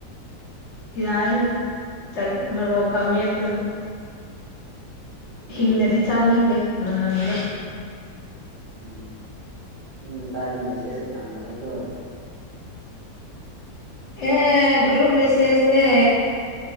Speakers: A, on the left; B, on the right.
A: ꯌꯥꯏ ꯆꯠꯔꯣ ꯀ ꯃꯄ
B: ꯃꯔꯣꯛ
A: ꯍꯤꯡꯅꯗꯤ ꯆꯥꯅꯤꯡꯗꯦ ꯃꯅꯝꯗꯣ
B: ꯎꯝ ꯁꯤꯅꯤ ꯃꯆꯥꯗꯤ ꯃꯦꯁꯦꯁꯀ ꯌꯥꯝ ꯂꯥꯛꯑꯦꯀꯣ
A: ꯑꯦ ꯒ꯭ꯔꯨꯨꯞ ꯃꯦꯁꯦꯖꯅꯦ